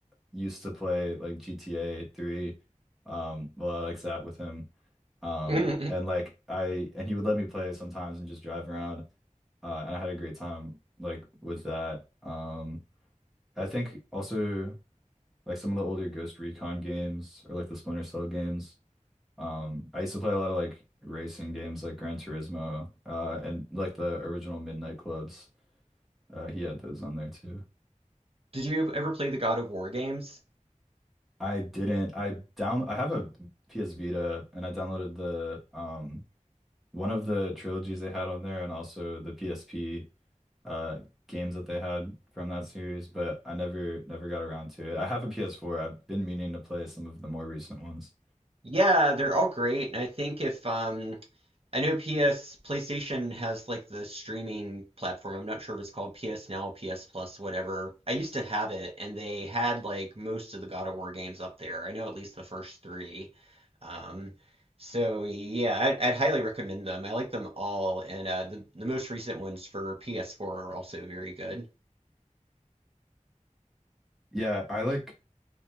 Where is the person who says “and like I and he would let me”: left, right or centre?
Centre